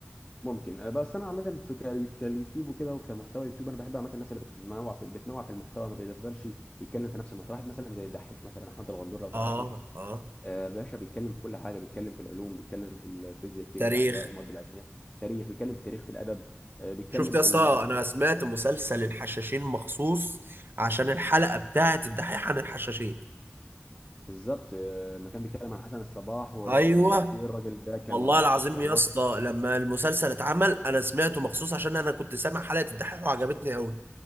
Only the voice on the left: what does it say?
ممكن آه، بس انا عامه في كاليو- كاليوتيوب وكده وكمحتوى يوتيوب انا بحب عامه الناس اللي بتنوع في بتنوع في المحتوى ما بيفضلش يتكلم في نفس المحتوى واحد مثلا زي الدحيح مثلا احمد الغندور لو تعرفه
آه باشا بيتكلم في كل حاجه بيتكلم في العلوم بيتكلم في الفيزياء الكيمياء
الاحياء المواد العلميه تاريخ بيتكلم في التاريخ في الادب آه بيتكلم
في
ال...
بالظبط آه ما كان بيتكلم عن حسن الصباح وان
قد ايه الراجل ده كان
يعني
وصل